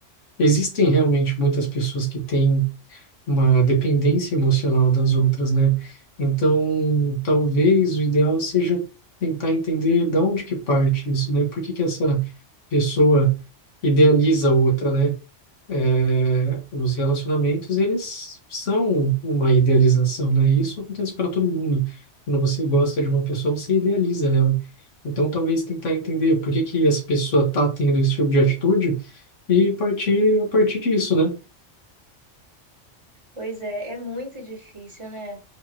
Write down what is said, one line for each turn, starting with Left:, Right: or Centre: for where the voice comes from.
Left: existem realmente muitas pessoas que têm uma dependência emocional das outras, né? Então, talvez o ideal seja tentar entender da onde que parte isso, né? Por que que essa pessoa idealiza a outra, né? É, os relacionamentos, eles são uma idealização, né? E isso acontece para todo mundo. Quando você gosta de uma pessoa, você idealiza ela. Então, talvez tentar entender por que que essa pessoa tá tendo esse tipo de atitude e partir a partir disso, né?
Right: Pois é, é muito difícil, né?